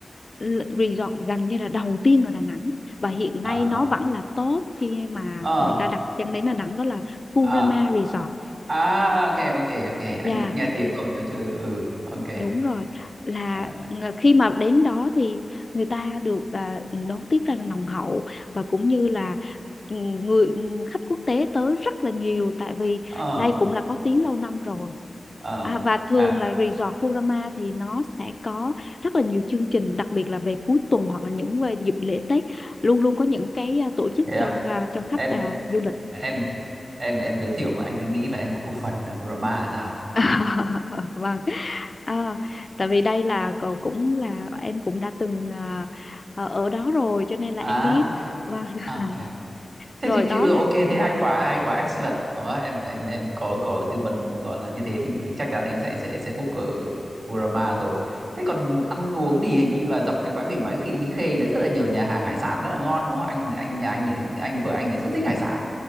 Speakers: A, on the left; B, on the right.
A: l- resort gần như là đầu tiên ở Đà Nẵng và hiện
B: ờ
A: nay nó vẫn là top khi mà
B: ờ
A: người ta đặt chân đến Đà Nẵng đó là Furama
B: à,
A: Resort.
B: à ok ok ok anh
A: Dạ,
B: cũng nghe tiếng rồi nhớ chứ ừ ok
A: Đúng rồi, là
B: ờ
A: ng- khi mà đến đó thì người ta được à, đón tiếp rất là nồng hậu và cũng như là ừ, người ừ, khách quốc tế tới rất là nhiều tại vì
B: ờ
A: đây cũng là có tiếng lâu năm rồi.
B: ờ
A: À, và thường
B: à
A: là resort Furama thì nó sẽ có rất là nhiều chương trình đặc biệt là về cuối tuần hoặc là những về dịp lễ Tết luôn luôn có những cái à, tổ chức
B: thế
A: cho
B: à?
A: à, cho khách
B: em
A: à, du lịch.
B: em em em giới thiệu mà anh cứ nghĩ là em có cổ phần ở Brahma sao
A: <laughs> vâng À, tại vì đây là cậu cũng là em cũng đã từng à, ở ở đó rồi cho nên là
B: à
A: em biết
B: ok
A: và
B: ok
A: <laughs>
B: thế
A: rồi
B: thì,
A: đó
B: thì vừa
A: là
B: ok thế hay quá hay quá excellent đó em em em có có tư vấn gọi là như thế thì thì chắc chắn anh sẽ sẽ sẽ book ở Kurama rồi thế còn ăn uống thì hình như là dọc cái bãi biển Mỹ Khê Mỹ Khê là rất là nhiều nhà hàng hải sản rất là ngon đúng không anh anh nhà anh thì anh vợ anh thì rất thích hải sản